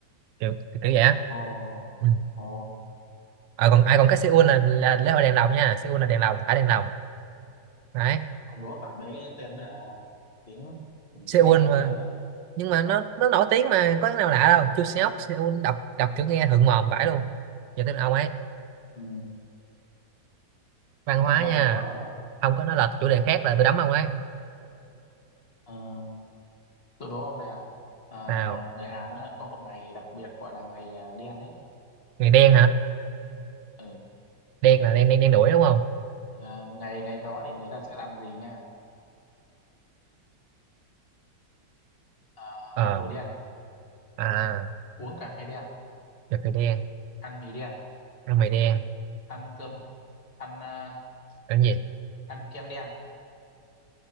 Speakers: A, on the right (about 85°); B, on the left (about 35°).
A: kiểu kiểu vậy á
B: ồ
A: ừ.
B: ồ
A: à, còn ai còn cái Seoul là, là lễ hội đèn lồng nha Seoul là đèn lồng thả đèn lồng đấy
B: ông đố toàn mấy tên à, tiếng
A: Seoul
B: tiếng này tiếng
A: mà
B: kia mà
A: nhưng mà nó nó nổi tiếng mà có cái nào lạ đâu Chu Seok Seoul đọc đọc kiểu nghe thượng mồm vãi luôn giờ tới ông ấy
B: ừ.
A: văn hóa
B: ông coi
A: nha
B: tôi đố nè
A: ông có nói là chủ đề khác là tôi đấm ông ấy
B: ờ, tôi đố ông nè à,
A: nào
B: người Hàn á, có một ngày đặc biệt gọi là ngày à, đen ấy
A: người đen hả
B: ừ.
A: đen là đen đen đen đuổi đúng không
B: à, ngày ngày đó thì người ta sẽ làm gì nha à,
A: ờ
B: mặc đồ đen
A: à
B: uống cà phê đen
A: được người đen
B: ăn mì đen
A: ăn mày đen
B: ăn cơm ăn à,
A: ăn gì
B: ăn kem đen